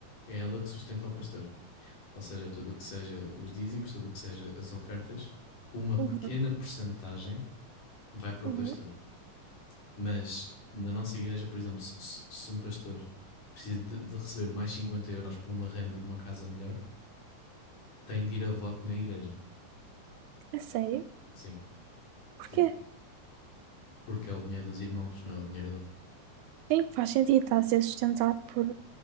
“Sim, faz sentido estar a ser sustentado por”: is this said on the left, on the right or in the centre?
Right